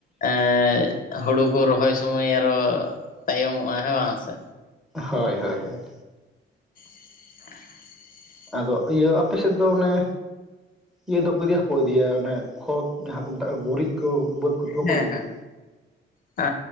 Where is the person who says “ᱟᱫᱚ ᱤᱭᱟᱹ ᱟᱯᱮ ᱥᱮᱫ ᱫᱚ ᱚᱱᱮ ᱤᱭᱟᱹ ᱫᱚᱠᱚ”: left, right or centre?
Centre